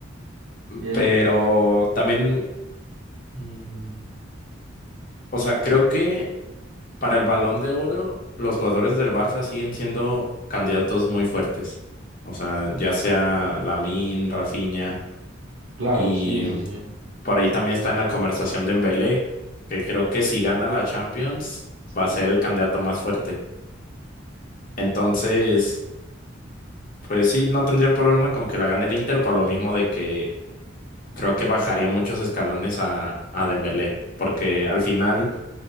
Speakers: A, on the right; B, on the left.
A: Bien,
B: Pero también, mm, o sea, creo que para el Balón de Oro, los jugadores del Barça siguen siendo candidatos muy fuertes. O sea, ya sea Lamine, Rafinha
A: claro,
B: y
A: sí, sí, sí,
B: por ahí también está en la conversación de Dembélé, que creo que si gana la Champions va a ser
A: sí,
B: el candidato más fuerte. Entonces, pues sí, no tendría problema con que la gane el Inter por lo mismo de que creo que bajaría muchos escalones a, a Dembélé, porque al final